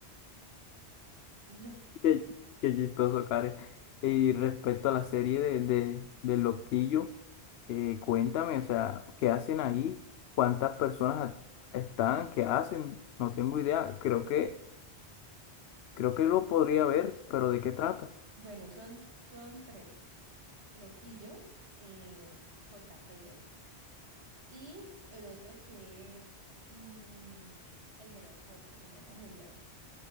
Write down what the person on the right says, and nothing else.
No.
<laughs>
Bueno, son, son tres. Loquillo, eh, JP y el otro que es mm, el de las fotos, se llama Julián.